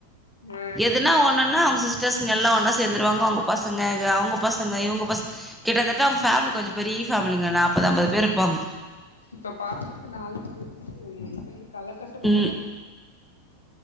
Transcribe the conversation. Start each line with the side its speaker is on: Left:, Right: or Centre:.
Left: ஆ
Centre: எதுனா ஒன்னுனா அவுங் சிஸ் டேஸ்ங்க எல்லாம் ஒன்னா சேந்துருவாங்கோ அவுங் பசங்க வெ அவுங்க பசங்க இவுங்க பஸ் கிட்டத்தட்ட அவுங்க ஃபேம்லி கொஞ்ச பெரிய ஃபேம்லிங்க நாப்பது ஐம்பது பேர்ருப்பாங்கோ
Left: இப்ப பாருங்க நாளைலுருந்து எங்கீடு களக்கட்ட போது
Centre: ம்